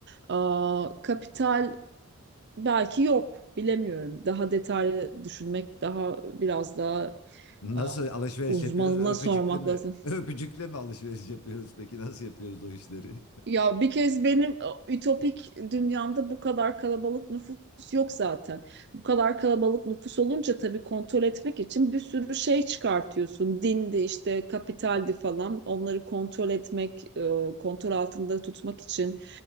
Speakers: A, on the right (about 50°); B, on the left (about 80°).
A: Aa, kapital belki yok bilemiyorum. Daha detaylı düşünmek, daha biraz daha
B: nasıl
A: aa,
B: alışveriş
A: uzmanına
B: yapıyoruz? Öpücükle
A: sormak
B: mi?
A: lazım.
B: <laughs> Öpücükle mi alışveriş yapıyoruz? Peki nasıl yapıyoruz o işleri?
A: Ya bir kez benim e, ütopik dünyamda bu kadar kalabalık nüfus yok zaten. Bu kadar kalabalık nüfus olunca tabii kontrol etmek için bir sürü şey çıkartıyorsun. Dindi işte kapitaldi falan. Onları kontrol etmek, e, kontrol altında tutmak için